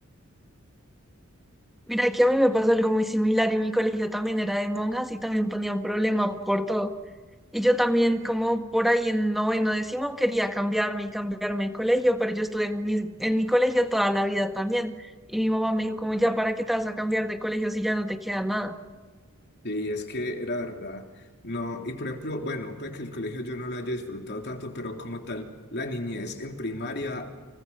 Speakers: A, in the centre; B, on the left (about 50°).
A: Mira, que a mí me pasó algo muy similar y mi colegio también era de monjas y también ponían problema por todo. Y yo también, como por ahí en noveno, décimo, quería cambiarme y cambiarme de colegio, pero yo estuve en mi, en mi colegio toda la vida también. Y mi mamá me dijo, como ya, ¿para qué te vas a cambiar de colegio si ya no te queda nada?
B: Y es que era verdad, no, y por ejemplo, bueno, puede que el colegio yo no lo haya disfrutado tanto, pero como tal, la niñez en primaria,